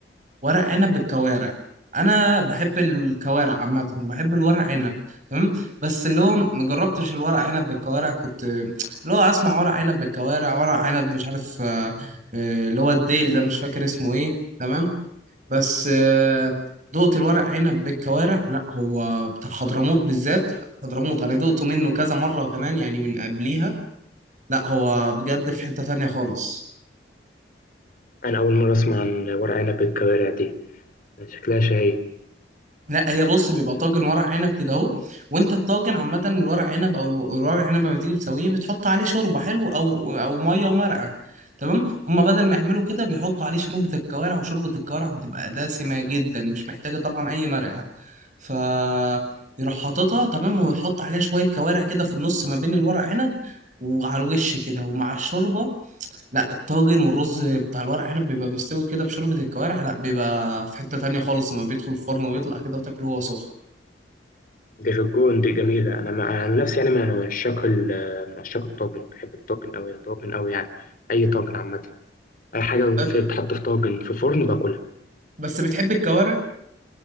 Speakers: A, on the right (about 45°); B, on the left (about 50°).
A: ورق عنب بالكوارع انا بحب الكوارع عامه وبحب الورق عنب تمام بس اللي هو ما جربتش الورق عنب بالكوارع كنت اللي هو اسمع ورق عنب بالكوارع ورق عنب مش عارف آه، آه، اللي هو الديل ده مش فاكر اسمه ايه تمام بس آه، دقت الورق عنب بالكوارع لا هو بتاع حضرموت بالذات حضرموت انا دقته منه كذا مره كمان يعني من قبليها لا هو بجد في حته تانية خالص
B: انا اول مره اسمع عن ورق عنب بالكوارع دي شكلها شهيه
A: لا هي بص بيبقى طاجن ورق عنب كده اهو وانت الطاجن عامه الورق عنب او الو- الورق عنب لما تيجي تسويه بتحط عليه شوربه حلو او او ميه ومرقه تمام هما بدل ما يعملوا كده بيحطوا عليه شوربه الكوارع وشوربه الكوارع بتبقى دسمه جدا مش محتاجه طبعا اي مرقه ف يروح حاططها تمام ويحط عليها شويه كوارع كده في النص ما بين الورق عنب وعلى الوش كده ومع الشوربه لا الطاجن والرز بتاع الورق عنب بيبقى مستوي كده في شوربة الكوارع لا بيبقى في حتة تانية خالص لما بيدخل الفرن ويطلع كده وتاكله وهو سخن
B: دي في الجون دي جميلة أنا مع- عن نفسي يعني من عشاق ال- من عشاق الطاجن بحب الطاجن أوي الطاجن أوي يعني أي طاجن عامة أي حاجة
A: بس
B: في بتحط في طاجن في فرن باكلها
A: بس بتحب الكوارع؟